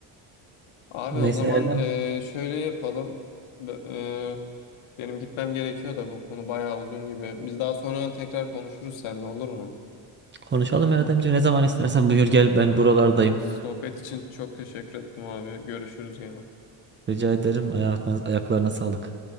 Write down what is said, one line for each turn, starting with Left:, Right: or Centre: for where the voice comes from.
Left: Abi
Right: Neyse
Left: o zaman
Right: Erdem
Left: e, şöyle yapalım. B- e, benim gitmem gerekiyor da bu konu bayağı uzun gibi. Biz daha sonra tekrar konuşuruz seninle olur mu?
Right: konuşalım Erdemciğim. Ne zaman istersen buyur gel ben
Left: Tamamdır.
Right: buralardayım.
Left: Sohbet için çok teşekkür ettim abi. Görüşürüz yine.
Right: Rica ederim. Ayaklarına, ayaklarına sağlık.